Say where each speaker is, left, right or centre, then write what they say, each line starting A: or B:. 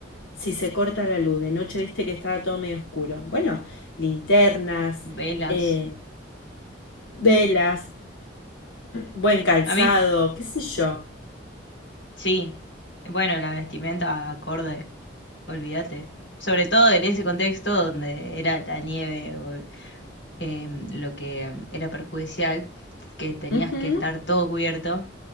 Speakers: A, on the left; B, on the left.
A: Si se corta la luz, de noche viste que estaba todo medio oscuro. Bueno, linternas,
B: Velas.
A: eh, velas, buen calzado,
B: A mí,
A: qué sé yo.
B: sí. Bueno, la vestimenta acorde. Olvídate. Sobre todo en ese contexto donde era la nieve. em, lo que era perjudicial, que tenías
A: Ujú,
B: que estar todo cubierto,